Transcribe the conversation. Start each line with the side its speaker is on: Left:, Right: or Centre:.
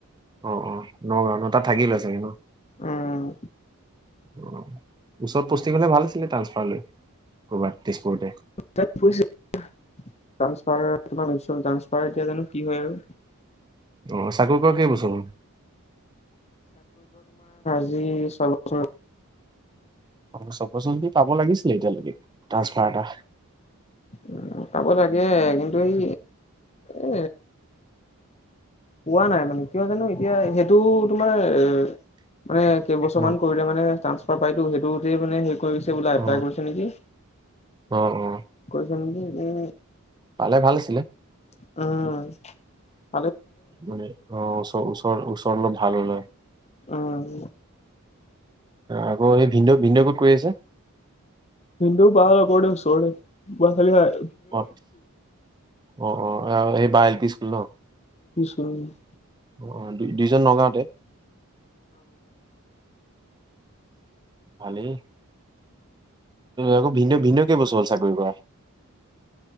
Right: অ অ নগাঁও ন তাত থাকি লয় চাগে ন।
Left: উম,
Right: অ ওচৰত পুষ্টিঙ হলে ভাল আছিলে ট্ৰান্সফাৰ লৈ কৰ'বাত। তেজপুৰতে
Left: <inaudible> ফাৰ এতিয়া জানো কি হয় আৰু?
Right: অ চাকৰি কৰা কেই বছৰ হল
Left: চাৰি বছৰ।
Right: অ চব পাচলি পাব লাগিছিলে এতিয়ালৈকে ট্ৰাসফাৰ এটা
Left: উ চাব লাগে কিন্তু এই এ পোৱা নাই মানে কিয় জানো এতিয়া সেইটো তোমাৰ এ মানে কেইবছৰ মান
Right: অ
Left: কৰিলে মানে ট্ৰান্সফাৰ পাইতো সেইটোতেই মানে হেৰি কৰি বোলা এপ্লাই
Right: অ
Left: কৰিছে নেকি
Right: অ অ
Left: কৈছ নেকি উ
Right: পালে ভাল আছিলে।
Left: আহ
Right: মানে অ ওচ ওচৰ ওচৰ অলপভাল হলে হয়।
Left: উম
Right: আকৌ এই ভিনদেউ ভিনদেউ ক'ত কৰি আছে।
Left: ভিনদেউ বা লগতে ওচৰৰে খালি হয়।
Right: অ অ অ এই বাই এল পি স্কুল ন।
Left: উম
Right: অ দুইজন নগাওতে। ভালেই। আকৌ ভিনদেউ ভিনদেউ কেই বছৰ হল চাকৰি কৰা।